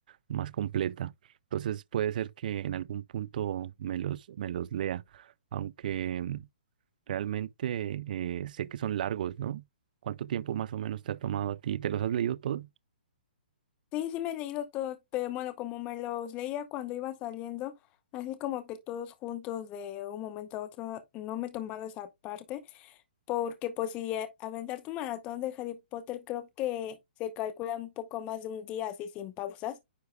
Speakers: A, on the right (about 55°); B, on the left (about 20°).
A: más completa. Entonces puede ser que en algún punto me los, me los lea, aunque mm, realmente eh, sé que son largos, ¿no? ¿Cuánto tiempo más o menos te ha tomado a ti? ¿Te los has leído todos?
B: Sí, sí me he leído todo, pero bueno, como me los leía cuando iba saliendo, así como que todos juntos de un momento a otro, no me he tomado esa parte, porque pues si eh, aventar tu maratón de Harry Potter creo que se calcula un poco más de un día así sin pausas.